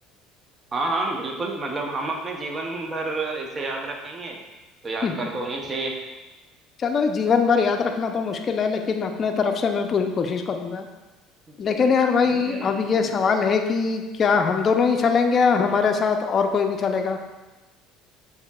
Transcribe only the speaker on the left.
<laughs>
चलो जीवन भर याद रखना तो मुश्किल है लेकिन अपने तरफ से मैं पूरी कोशिश करूंगा
लेकिन यार भाई अब ये सवाल है कि क्या हम दोनों ही चलेंगे या हमारे साथ और कोई भी चलेगा